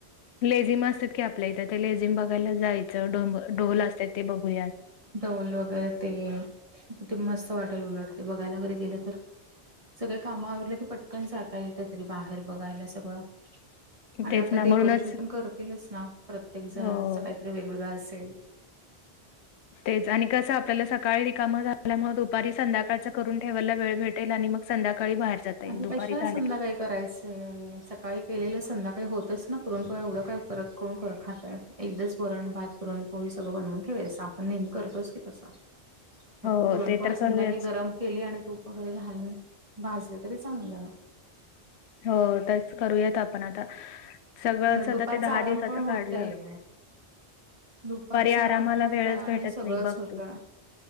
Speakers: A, on the left; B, on the right.
A: लेझिम असतात. की आपल्या इथं ते लेझिम बघायला जायचं ढोम ढोल असतात. ते बघूया.
B: ढोल वगैरे तेन किती मस्त वाटेल, उलट ते बघायला वगैरे गेलं तर सगळ काम आवरलं की पटकन जाता येत, तरी बाहेर बघायला सगळ. आणि
A: तेच
B: आता
A: ना
B: डेकोरेशन
A: म्हणूनच
B: पण करतीलच ना, प्रत्येक जण
A: हो
B: अस काहीतरी वेगवेगळं असेल.
A: तेच आणि कसं आपल्याला सकाळी रिकामं झाल्यामुळे दुपारी, संध्याकाळचं करून ठेवायला. वेळ भेटेल आणि मग संध्याकाळी बाहेर जाता येईल
B: आणि
A: दुपारी
B: कशाला
A: झालं
B: संध्याकाळी
A: की
B: करायचंय सकाळी केलेलं संध्याकाळी होतच ना, पुरणपोळ्या एवढं काय परत कोण करून खातय. एक दिवस वरण, भात, पुरण पोळी सगळं बनवून ठेवायच. आपण नेहमी करतोच की तस, फक्त
A: हो
B: पुरण
A: ते
B: पोळ्या
A: तर
B: संध्याकाळी
A: करूयाच.
B: गरम केले. आणि तूप वगैरे घालून भाजले तरी चांगलं.
A: हो, तेच करूयात आपण आता सगळंच
B: उलट
A: आता
B: दुपारचा
A: ते दहा
B: आराम
A: दिवसाचं
B: पण होतय
A: काढल्यावर
B: दुपारचा
A: आरामाला
B: आराम पण होतोय.
A: वेळच
B: आणि
A: भेटत
B: सगळंच
A: नाही बघ
B: होतय.
A: तू